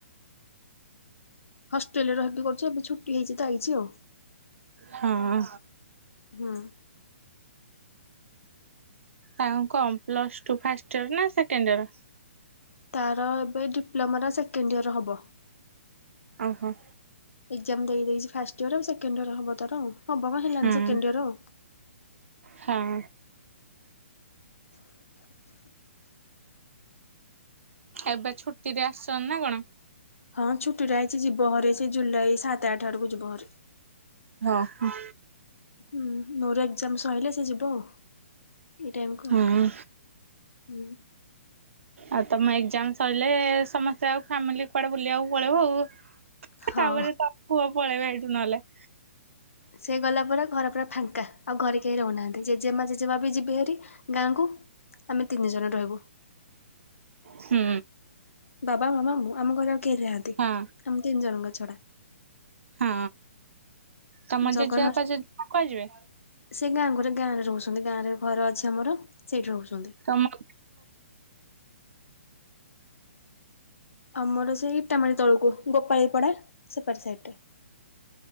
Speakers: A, on the left (about 80°); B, on the right (about 70°).
A: ହଷ୍ଟେଲ ରେ ରହିକି କରୁଛି। ଏବେ ଛୁଟି ହେଇଛି ତ ଆଇଛି ଆଉ।
B: ହଁ।
A: ହୁଁ।
B: ଆ କଣ ପ୍ଲସ ଟୁ ଫାଷ୍ଟ ଇୟର ନା ସେକେଣ୍ଡ ଇୟର?
A: ତାର ଏବେ ଡିପ୍ଲୋମାର ସେକେଣ୍ଡ ଇୟର ହବ।
B: ଓ ହୋ।
A: ଏକ୍ଜାମ୍ ଦେଇ ଦେଇଛି ଫାଷ୍ଟ ଇୟର। ଏ ସେକେଣ୍ଡ ଇୟର ହବ ତାର ଆଉ। ହବ କଣ, ହେଲାଣି
B: ହୁଁ।
A: ସେକେଣ୍ଡ ଇୟର-ଅ।
B: ହଁ। ଏବେ ଛୁଟିରେ ଆସ୍ ସନି ନା କଣ?
A: ହଁ, ଛୁଟିରେ ଆଇଛି। ଯିବହାରି ସେ ଜୁଲାଇ ସାତ ଆଠ ଆଡ଼କୁ ଯିବ ହାରି।
B: ହଁ, ହୁ।
A: ହୁଁ, ମୋର ଏକ୍ଜାମ ସଇଲେ ସେ ଯିବ ଆଉ। ଏଇ ଟାଇମକୁ
B: ହୁଁ ଉ।
A: ହୁଁ।
B: ଆଉ, ତମ ଏକ୍ଜାମ ସଇଲେ, ସମସ୍ତେ ଆଉ ଫ୍ୟାମିଲି କୁଆଡେ ବୁଲିଆକୁ ପଳେଇବ ଆଉ?
A: ହଁ
B: ତା'ପରେ ତା ପୁଅ ପଳେଇବେ, ଏଇଠୁ ନହେଲେ!
A: ସେ ଗଲା ପରେ ଘର ପୁରା ଫାଙ୍କା। ଆଉ ଘରେ କେହି ରହୁନାହାଁନ୍ତି। ଜେଜେମା ଜେଜେବା ବି ଯିବେ ହାରି। ଗାଁକୁ, ଆମେ ତିନି ଜଣ ରହିବୁ।
B: ହୁଁ।
A: ବାବା, ମାମା, ମୁଁ, ଆମ ଘରେ ଆଉ କେହି ନାହାଁନ୍ତି,
B: ହଁ
A: ଆମ ତିନି ଜଣଙ୍କ ଛଡା।
B: ହୁଁ, ତମ
A: ଜଗନ
B: ଜେଜେବାପା ଜେଜେମାମା କୁଆଡେ ଯିବେ?
A: ସେ, ଗାଁ ଘରେ ଗାଁ ରେ ରହୁଛନ୍ତି। ଗାଁ ରେ ଘର ଅଛି ଆମର, ସେଇଠି ରହୁଛନ୍ତି।
B: ତମ ଆଉ
A: ଆମର ସେଇ ଇଟାମାଢି ତଳକୁ, ଗୋପାଳୀପଡା ସେପାରୀ ସାଇଡ୍ ଟା।